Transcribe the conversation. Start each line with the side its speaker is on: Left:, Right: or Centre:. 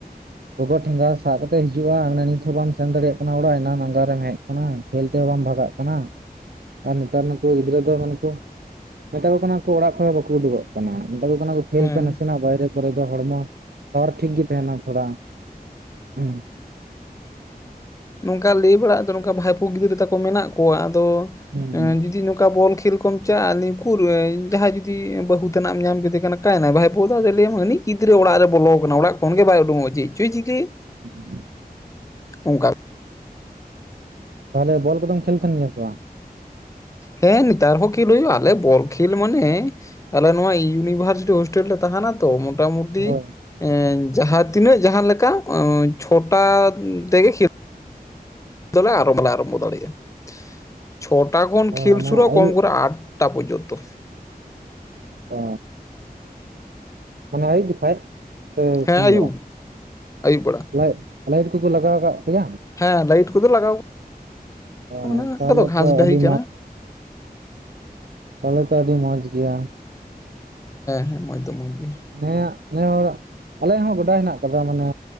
Right: ᱜᱚᱜᱚ ᱴᱷᱮᱸᱜᱟ ᱥᱟᱵ ᱠᱟᱛᱮᱫ ᱦᱤᱡᱩᱜᱼᱟ ᱚᱱᱰᱮ ᱱᱤᱛ ᱦᱚᱸᱚᱸ ᱵᱟᱢ ᱥᱮᱱ ᱫᱟᱲᱮᱭᱟ-ᱜ ᱠᱟᱱᱟ ᱚᱲᱟᱹᱜ ᱮᱱᱟ ᱟᱜᱟᱹᱨᱮᱢ ᱦᱮᱡ ᱠᱟᱱᱟ, ᱠᱷᱮᱞ ᱛᱮᱦᱚᱸ ᱵᱟᱝ ᱵᱷᱟᱜᱟᱜ ᱠᱟᱱᱟ, ᱟᱨ ᱱᱮᱛᱟᱨ ᱱᱩᱠᱩ ᱜᱤᱫᱽᱨᱟᱹ ᱫᱚ ᱢᱮᱱᱠᱩ ᱢᱮᱛᱟ ᱠᱚ ᱠᱟᱱᱟ ᱚᱲᱟᱹᱜ ᱠᱷᱚᱱᱚᱸ ᱵᱟᱠᱚᱸ ᱩᱰᱩᱠᱚᱹᱜ ᱠᱟᱱᱟ, ᱢᱮᱛᱟ ᱠᱚ ᱠᱟᱱᱟ ᱠᱷᱮᱞᱹᱯᱮ
Left: ᱦᱮᱸ
Right: ᱱᱟᱥᱮᱱᱟ-ᱜ ᱵᱟᱭᱨᱮ ᱠᱚᱨᱮ ᱫᱚ ᱦᱚᱲᱹᱢᱚ ᱥᱟᱨ ᱴᱷᱤᱠ ᱜᱮ ᱛᱟᱦᱮᱸᱱᱟ ᱛᱷᱚᱲᱟ᱾ ᱦᱩᱸ᱾
Left: ᱱᱚᱝᱹᱠᱟ ᱞᱟᱹᱭ ᱵᱟᱲᱟᱜᱼᱟ ᱱᱚᱝᱹᱠᱟ ᱵᱷᱟᱭᱯᱩ ᱜᱤᱫᱽᱨᱟᱹ ᱛᱟᱠᱚ ᱢᱮᱱᱟᱜ ᱠᱚᱣᱟ ᱟᱫᱚ
Right: ᱦᱩᱸ
Left: ᱡᱩᱫᱤ ᱱᱚᱝᱠᱟ ᱵᱚᱞ ᱠᱷᱮᱞ ᱠᱚᱢ ᱪᱟᱜᱼᱟ ᱟᱞᱤ ᱩᱠᱩᱨ ᱡᱟᱦᱟᱸᱭ ᱡᱩᱫᱤ ᱵᱟᱹᱦᱩ ᱛᱮᱟᱱᱟᱜ ᱮᱢ ᱧᱟᱢ ᱠᱮᱫᱮ ᱠᱟᱱᱟ ᱠᱟᱭᱱᱟᱭ ᱵᱷᱟᱭᱯᱚ ᱫᱚ ᱞᱟᱹᱭᱟᱢ ᱦᱟᱹᱱᱤᱡ ᱜᱤᱫᱽᱨᱟᱹ ᱚᱲᱟᱹᱜ ᱨᱮ ᱵᱚᱞᱚ ᱠᱟᱱᱟ ᱚᱲᱟᱹᱜ ᱠᱷᱚᱱ ᱜᱮ ᱵᱟᱭ ᱩᱰᱩᱠᱚᱜᱼᱟ ᱪᱮᱫ ᱪᱚᱭ ᱪᱤᱠᱟᱹᱭᱮᱜ᱾
Right: <inaudible>
Left: ᱚᱝᱠᱟ
Right: ᱛᱟᱦᱚᱞᱮ ᱵᱚᱞ ᱠᱚᱫᱚᱢ ᱠᱷᱮᱞ ᱛᱟᱦᱮᱸᱱ ᱜᱤᱭᱟ ᱥᱮ ᱵᱟᱝ?
Left: ᱦᱮᱸ ᱱᱮᱛᱟᱨ ᱦᱚᱸ ᱠᱷᱮᱞ ᱦᱩᱭᱩᱜᱼᱟ ᱟᱞᱮ ᱵᱚᱠᱷᱮᱞ ᱢᱟᱱᱮ ᱟᱞᱮ ᱱᱚᱣᱟ ᱤᱭᱩᱱᱤᱹᱵᱷᱟᱨᱥᱤᱴᱤ ᱦᱳᱥ ᱴᱮᱞ ᱞᱮ ᱛᱟᱦᱮᱸᱱᱟᱛᱚ ᱢᱳᱴᱟ-ᱢᱩᱴᱤ
Right: ᱦᱳᱭ
Left: ᱮ ᱡᱟᱦᱟᱸ ᱛᱤᱱᱟᱹᱜ ᱡᱟᱦᱟᱸ ᱞᱮᱠᱟ ᱮᱸ ᱪᱷᱚᱴᱟ ᱛᱮᱜᱮ ᱠᱷᱮ ᱫᱚᱞᱮ ᱟᱨᱚ ᱢᱟᱞᱮ ᱟᱨᱟᱢᱵᱷᱚ ᱫᱟᱲᱮᱭᱟᱜᱼᱟ, ᱪᱷᱚᱴᱟ ᱠᱷᱚᱱ
Right: ᱚ
Left: ᱠᱷᱮᱞ
Right: ᱢᱟᱱᱮ
Left: ᱥᱩᱨᱩᱜ
Right: ᱟᱹᱭᱩᱵ
Left: ᱠᱚᱢ ᱠᱚᱨᱮ ᱟᱴ ᱴᱟ ᱯᱚᱨᱡᱚᱱ ᱛᱚ᱾
Right: ᱚ᱾ ᱢᱟᱱᱮ ᱟᱹᱭᱩᱵ ᱡᱚᱠᱷᱮᱡ ᱥᱮ
Left: ᱦᱮᱸ
Right: ᱥᱤᱧ
Left: ᱟᱹᱭᱩᱵ
Right: ᱵᱮᱲᱟ?
Left: ᱟᱹᱭᱩᱵ ᱵᱮᱲᱟ
Right: ᱞᱟᱹᱭᱤᱴ ᱞᱟᱹᱭᱤᱴ ᱠᱚᱠᱚ ᱞᱟᱜᱟᱣ ᱠᱟᱫ ᱯᱮᱭᱟ?
Left: ᱦᱮᱸ ᱞᱟᱭᱤᱴ ᱠᱚᱫᱚ ᱞᱟᱜᱟᱣ
Right: ᱚ
Left: ᱚᱱᱟ
Right: ᱛᱟᱦᱚᱞᱮ
Left: ᱠᱚᱫᱚ ᱜᱷᱟᱥ
Right: ᱛᱚ
Left: ᱰᱟᱹᱦᱤ
Right: ᱟᱹᱰᱤ
Left: ᱠᱟᱱᱟ᱾
Right: ᱛᱟᱦᱞᱮ ᱛᱚ ᱟᱹᱰᱤ ᱢᱚᱸᱡᱽ ᱜᱮᱭᱟ?
Left: ᱦᱮᱸ ᱢᱚᱸᱡᱽ ᱫᱚ ᱢᱚᱸᱡᱽ ᱜᱮᱭᱟ᱾
Right: ᱱᱮᱭᱟᱜ ᱱᱮ ᱦᱚᱲᱟᱜ ᱟᱞᱮᱭᱟᱜ ᱦᱚᱸ ᱜᱚᱰᱟ ᱦᱮᱸᱱᱟᱜ ᱟᱠᱟᱫᱟ ᱢᱟᱱᱮ